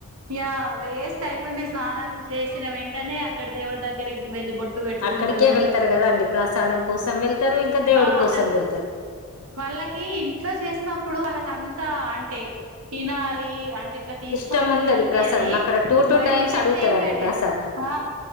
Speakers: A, on the right; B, on the left.
A: ఇగ లేస్త అయిపోయింది స్నానాలు చేసిన వెంటనే అక్కడి దేవుడి దగ్గరికి వెళ్ళి బొ ట్టుకుంటరు
B: అక్కడికే వెళ్తారు కదా అండి ప్రసాదం కోసం వెళ్తారు ఇంకా
A: ఇగా
B: దేవుడి కోసం
A: తెర్
B: వెళ్తారు
A: వాళ్ళకి ఇంట్లో చేసినప్పుడు వాళ్ళకంతా అ టె తినాలి అం ఇట్లా తీసుకోవాలని
B: ఇష్టం ఉండది
A: అనిపీయది
B: ప్రసాదం అక్కడ టూ టూ
A: బయటికి
B: టైమ్స్
A: వెళ్తే
B: అడుగుతారండి
A: ఏంటంటే
B: ప్రసాదాన్ని
A: ఆ